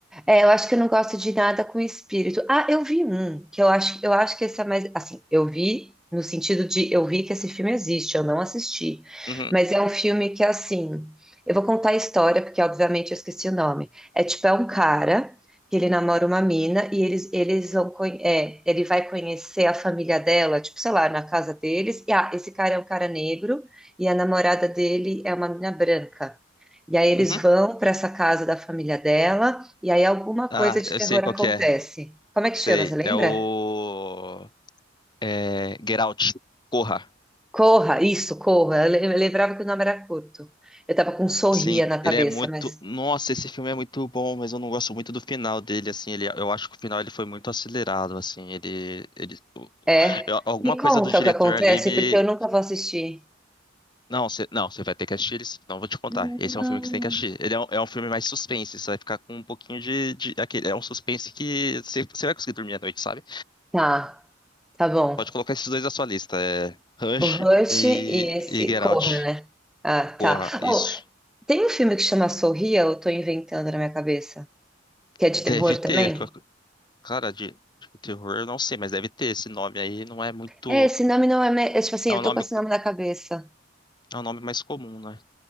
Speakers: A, in the centre; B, on the left.
A: É, eu acho que eu não gosto de nada com espírito. Ah, eu vi um, que eu acho, eu acho que esse é mais, assim, eu vi no sentido de eu vi que esse filme existe, eu não assisti.
B: Uhum.
A: Mas é um filme que assim, eu vou contar a história porque obviamente eu esqueci o nome. É tipo é um cara que ele namora uma mina e eles eles vão conhe- é, ele vai conhecer a família dela, tipo, sei lá, na casa deles. E ah, esse cara é um cara negro e a namorada dele é uma mina branca. E aí eles
B: Uhum.
A: vão para essa casa da família dela, e aí alguma coisa
B: Ah,
A: de
B: eu
A: terror
B: sei qual
A: acontece.
B: que é.
A: Como é que
B: Sei.
A: chama, você lembra?
B: É o. É. Get Out. Corra.
A: Corra, isso, Corra. Eu le- eu lembrava que o nome era curto. Eu tava com um sorria
B: Sim,
A: na cabeça,
B: ele é muito.
A: mas
B: Nossa, esse filme é muito bom, mas eu não gosto muito do final dele, assim. Ele, eu acho que o final ele foi muito acelerado, assim. Ele, ele,
A: é.
B: eu- alguma
A: Me conta
B: coisa do diretor
A: o que acontece,
B: ali me.
A: porque eu nunca vou assistir.
B: Não, você não, você vai ter que assistir ele, sim, não vou te contar.
A: Não.
B: Esse é um filme que você tem que assistir. Ele é um, é um filme mais suspense, você vai ficar com um pouquinho de, de aquele, é um suspense que você, você vai conseguir dormir à noite, sabe?
A: Tá, tá bom.
B: Pode colocar esses dois na sua lista, é Rush
A: O Rush
B: e,
A: e esse
B: e Get
A: Corra,
B: Out.
A: né? Ah, tá.
B: Porra, isso
A: Oh, tem um filme que chama Sorria, ou eu tô inventando na minha cabeça, que é de
B: deve
A: terror
B: ter,
A: também?
B: ca- cara, de, de terror, eu não sei, mas deve ter esse nome aí, não é muito,
A: É, esse nome não é, me- é. Tipo assim,
B: é
A: eu
B: um
A: tô
B: nome,
A: com esse nome na cabeça.
B: é um nome mais comum, né?